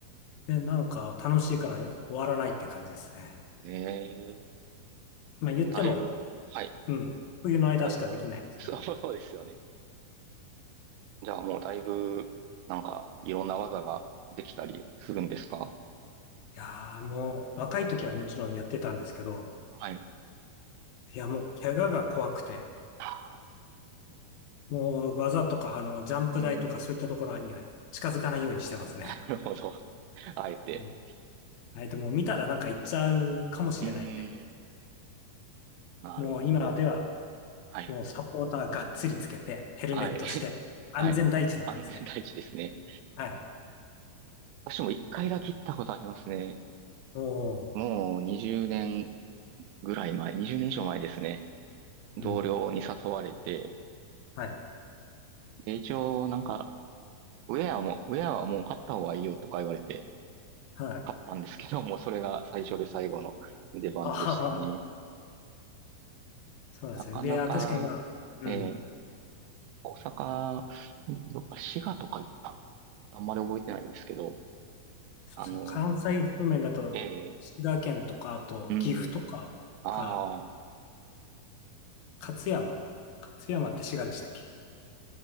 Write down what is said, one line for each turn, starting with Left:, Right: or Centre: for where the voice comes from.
Left: で、なんか楽しいから終わらないって感じですね。
Right: え
Left: まあ言っても、
Right: ー、だいぶ、はい、
Left: うん。冬の間しかできないんですけど。
Right: だいぶ、<laughs> そうそうですよね。じゃあもうだいぶ、なんか、いろんな技ができたりするんですか
Left: いやーもう、若い時はもちろんやってたんですけど、
Right: はい。
Left: いやもう、怪我が怖くて、
Right: ああ
Left: もう、技とか、あの、ジャンプ台とかそういったところには近づかないようにしてますね。
Right: うんなるほど。あえて。
Left: うん。えっと、もう見たらなんか行っちゃうかもしれないんで、
Right: うーん。なるほど。
Left: もう今では、
Right: はい。
Left: もうサポーターがっつりつけて、ヘルメットして、
Right: はい。<laughs>
Left: 安全第一でやってますね。
Right: はい。安全第一ですね。
Left: はい。
Right: 私も一回だけ行ったことありますね。
Left: おー、
Right: もう20年ぐらい前、20年以上前ですね。同僚に誘われて、
Left: うん。はい。
Right: で、一応なんか、ウェアも、ウェアはもう買った方がいいよとか言われて、
Left: はい。
Right: 買ったんですけども、それが最初で最後の出番でしたね。
Left: あはは。そうなんですね。
Right: なかなか、
Left: いやー、確かにまあ、うん。
Right: ええ大阪、ねどっか滋賀とか行ったのかなあんまり覚えてないんですけど、
Left: そうですね。
Right: あの、
Left: 関西方面だと、
Right: ええ、
Left: 滋賀県とか、あと岐阜とかか、
Right: うん、ああ、い
Left: 勝山。勝山って滋賀でしたっけ